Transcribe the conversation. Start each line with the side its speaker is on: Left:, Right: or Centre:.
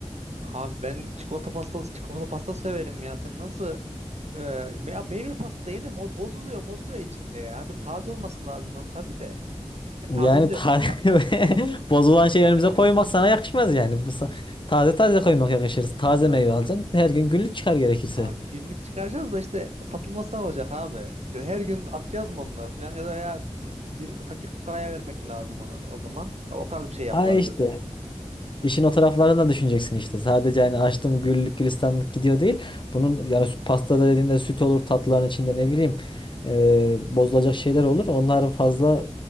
Right: Abi ben çikolata pastası çikolata pasta severim ya. Sen nasıl e, me- ya meyveli pasta yenir O bozuluyor, bozuluyor içinde ya. Bir taze olması lazım onun tabii de. Yani
Left: Yani
Right: taze olunca
Left: taze
Right: da-
Left: <laughs> bozulan
Right: <laughs>
Left: şey önümüze koymak sana yakışmaz yani. Bu sa- Taze taze koymak yakışır. Taze
Right: abi,
Left: meyve alacaksın. Her gün günlük çıkar gerekirse.
Right: abi günlük çıkaracağız da işte satılmasından olacak abi. İşte her gün atacağız mı onları falan ya da ya bir, bir fakir fukaraya vermek lazım onu o zaman. O tarz bir şey yapılabilir
Left: Ha işte.
Right: belki.
Left: İşin o taraflarını da düşüneceksin işte. Sadece hani açtım güllük gülistanlık gidiyor değil. Bunun yani sü- pastada dediğinde süt olur, tatlıların içinde ne bileyim e, bozulacak şeyler olur. Onların fazla